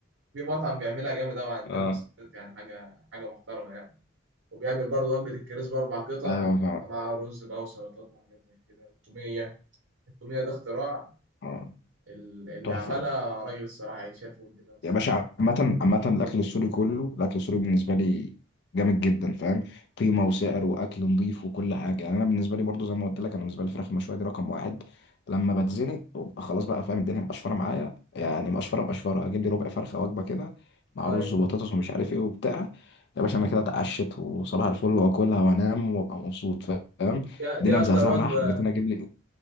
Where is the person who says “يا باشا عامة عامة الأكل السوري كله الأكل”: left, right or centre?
Left